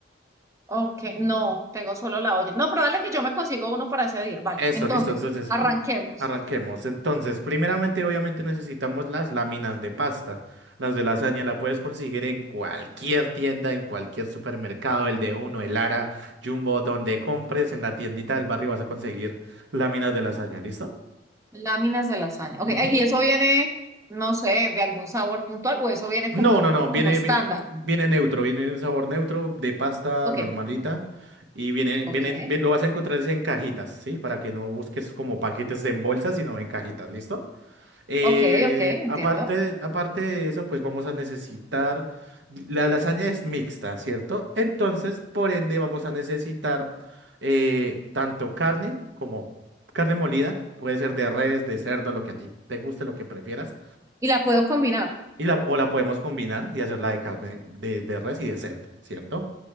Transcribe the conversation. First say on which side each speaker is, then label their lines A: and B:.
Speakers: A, on the right (about 15°); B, on the right (about 70°).
A: Ok, no, tengo solo la olla. No, pero dale que yo me consigo uno para ese día. Vale,
B: Eso,
A: entonces,
B: listo. Entonces,
A: arranquemos.
B: pr- arranquemos. Entonces, primeramente, obviamente necesitamos las láminas de pasta. Las de lasaña la puedes conseguir en cualquier tienda, en cualquier supermercado, el de Uno, el Lara, Jumbo, donde compres, en la tiendita del barrio vas a conseguir láminas de lasaña, ¿listo?
A: Láminas de lasaña. Ok,
B: Ujú.
A: y eso viene, no sé, de algún sabor puntual o eso viene
B: No,
A: como,
B: no, no, viene,
A: como estándar.
B: vi- viene neutro, viene un sabor neutro de pasta
A: Ok,
B: normalita y viene,
A: ok.
B: viene, bien- lo vas a encontrar es en cajitas, ¿sí? Para que no busques como paquetes en bolsas, sino en cajitas, ¿listo? Eh,
A: Ok, ok, entiendo.
B: aparte de, aparte de eso, pues vamos a necesitar, la lasaña es mixta, ¿cierto? Entonces, por ende, vamos a necesitar eh, tanto carne como carne molida, puede ser de res, de cerdo, lo que a ti te guste, lo que prefieras,
A: Y la puedo combinar.
B: y la, o la podemos combinar y hacerla de carne de, de res y de cerdo, ¿cierto?